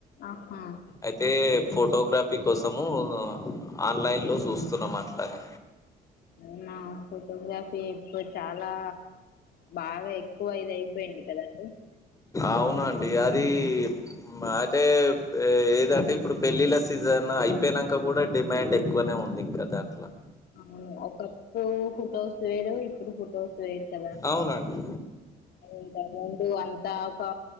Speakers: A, on the left; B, on the left.
A: ఆహా
B: అయితే ఫోటో గ్రఫీక్ కోసము ఆన్లైన్లో చూస్తున్న మాట్లాడి
A: అవునా హాస్పిటల్ ఫోటోగ్రాఫీ ఇప్పుడు చాలా బాగా ఏక్ ఎక్కువ ఇది అయిపోయింది కదండీ
B: అవునండి అది మాటే ఏదంటే ఇప్పుడు పెళ్ళిళ్ళ సీజన్ అయిపోయినాక కూడా డిమాండ్ ఎక్కువనే ఉంది ప్రదట్లో
A: అవును ఒకప్పుడు ఫోటోస్ వేరు ఇప్పుడు ఫోటోస్ వేరు కదా
B: అవునండి.
A: ఇంత అమౌంటు అంతకా